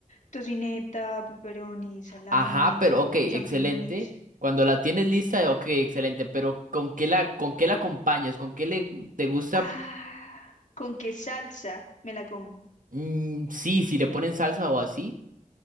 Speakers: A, on the left; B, on the right.
A: tocineta, pepperoni, salami,
B: Ajá, pero ok, excelente.
A: champiñones.
B: Cuando la tienes lista, ok, excelente. Pero ¿con qué la, con qué la acompañas? ¿Con qué le, te gusta?
A: Ah, ¿con qué salsa me la como?
B: Mm, sí, si le ponen salsa o así.